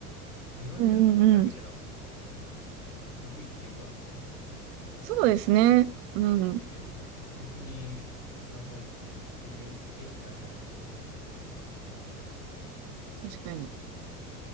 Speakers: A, on the left (about 70°); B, on the right (about 45°).
A: 日本人なんか極めるの
B: うんうんうん。
A: 得、得意っていうか、
B: そうですね。うん。
A: えー職人技っていうか、そういう精神あるじゃないですか。
B: 確かに。